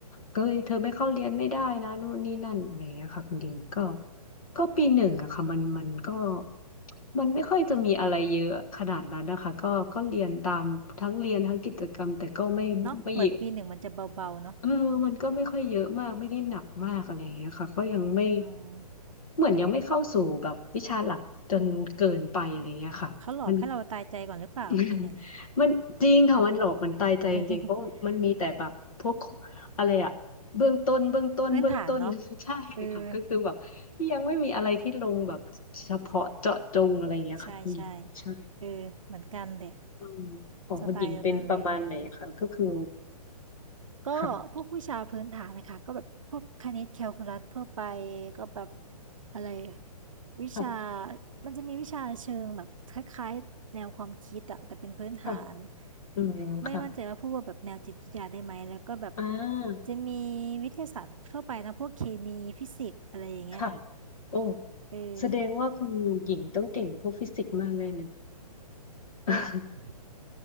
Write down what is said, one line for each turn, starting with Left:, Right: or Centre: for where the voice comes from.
Left: เอ้ยเธอไม่เข้าเรียนไม่ได้นะนู่นนี่นั่นอะไรอย่างเงี้ยค่ะคุณดิงก็ก็ปีหนึ่งอะค่ะมันมันก็มันไม่ค่อยจะมีอะไรเยอะขนาดนั้นนะคะก็ก็เรียนตามทั้งเรียนทั้งกิจกรรมแต่ก็ไม่ไม่เยอะ
Right: เนาะเหมือนปีหนึ่งมันจะเบาๆเนาะ
Left: เออมันก็ไม่ค่อยเยอะมาก ไม่ได้หนักมากอะไรอย่างเงี้ยค่ะก็ยังไม่
Right: อืม
Left: เหมือนยังไม่เข้าสู่แบบวิชาหลักจนเกินไปอะไรเงี้ยค่ะมัน
Right: เขาหลอกให้เราตายใจก่อนหรือเปล่าปีหนึ่งอะ
Left: <laughs> มันจริงค่ะมันหลอกมันตายใจจริงๆเพราะมันมีแต่แบบพวก
Right: <laughs>
Left: อะไรอะเบื้องต้นเบื้องต้นเบื้องต้น
Right: พื้นฐานเนาะ
Left: <laughs> ใช่ค่ะก็คือแบบ
Right: เออ
Left: ยังไม่มีอะไรที่ลงแบบเฉพาะเจาะจงอะไรเงี้ยค่ะคุณหญิงใช่
Right: ใช่ใช่เออเหมือนกันเหละ
Left: อืมของคุณหญิงเป็นประมาณไหนคะก็คือ
Right: สไตล์เดียวกันเลย ก็พวกวิชาพื้นฐานนะคะ
Left: ค่ะ
Right: ก็แบบพวกคณิตแคลคูลัสทั่วไป ก็แบบอะไรวิชา
Left: ค่ะ
Right: มันจะมีวิชาเชิงแบบคล้ายๆแนวความคิดอะแต่เป็นพื้นฐาน
Left: ค่ะอืมค่ะ
Right: ไม่มั่นใจว่าพูดว่าแบบแนวจิตวิทยาได้ไหมแล้วก็แบบ
Left: อ่า
Right: จะมีวิทยาศาสตร์ทั่วไปนะพวกเคมีฟิสิกส์อะไรอย่างเงี้ย
Left: ค่ะ โอ้
Right: เออ
Left: แสดงว่าคุณหญิงต้องเก่งพวกฟิสิกส์มากแน่เลย <laughs>
Right: โอ้